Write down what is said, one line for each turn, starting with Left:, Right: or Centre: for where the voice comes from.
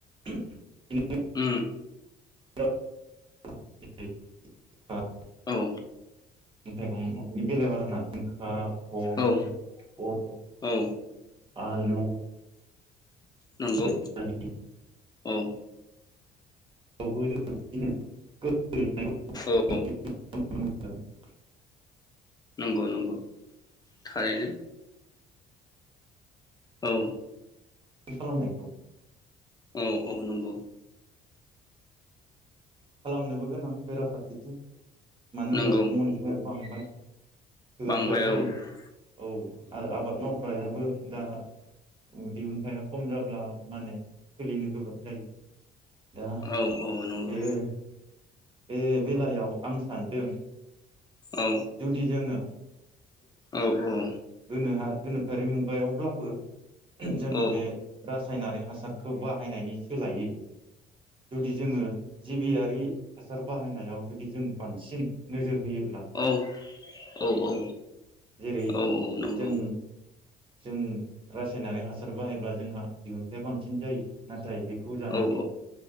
Right: <unintelligible>
Left: उम
Right: <unintelligible>
Left: औ
Right: थाइगंनि बेलायाव आरोना जिंखा भल
Left: औ
Right: प
Left: औ
Right: आलु
Left: नंगौ
Right: कबियावबो
Left: औ
Right: <unintelligible>
Left: औ नंगौ नंगौ थारैनो औ
Right: बे खालामनायखौ
Left: औ ओ नंगौ
Right: खालामनोबो गोनां बेराफारसेथिं मानो
Left: नंगौ
Right: होनब्ला सुबुं अनजिमाया बांबाय थोआ
Left: बांबाय
Right: थोआ जायो
Left: औ
Right: औ आरो आबाद मावग्रायाबो दा औ दिहुनथाया खम जाब्ला माने सोलिनो गोब्राब जायो दा
Left: औ औ नंगौ
Right: बेयो बे बेलायाव आं सानदों
Left: औ
Right: जुदि जोंङो
Left: औ औ
Right: गोनो हा गोनोखोआरि मुगायावब्लाबो <unintelligible> जोङो
Left: औ
Right: बे रासायनारि हासार खौ बाहायनायनि सोलायै जुदि जोङो जिबियारि हासार बाहायनायाव जुदि जों बांसिन नोजोर होयो
Left: औ औ औ
Right: जेरै
Left: औ औ नंगौ।
Right: जों जों रासायनारि हासार बाहायोब्ला जोंहा दिहुनथाया बांसिन जायो नाथाय बे खौ जानानै
Left: औ